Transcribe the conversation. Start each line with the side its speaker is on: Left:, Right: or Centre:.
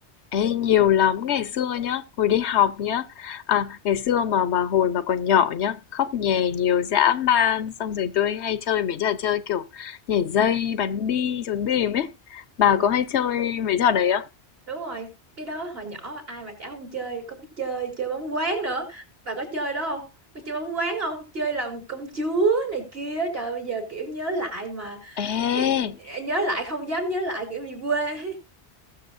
Left: Ê, nhiều lắm ngày xưa nhá, hồi đi học nhá. À, ngày xưa mà mà hồi mà còn nhỏ nhá, khóc nhè nhiều dã man, xong rồi tôi hay chơi mấy trò chơi kiểu nhảy dây, bắn bi, trốn tìm ấy. Bà
Right: Ừ,
Left: có hay chơi mấy trò đấy không?
Right: đúng rồi, cái đó hồi nhỏ ai mà chả không chơi, có cái chơi chơi bóng quán nữa. Bà có chơi đó không? Có chơi bóng quán không? Chơi làm công chúa này kia. Trời bây giờ kiểu nhớ lại mà
Left: Ê,
Right: kiểu nhớ lại không dám nhớ lại kiểu bị quê.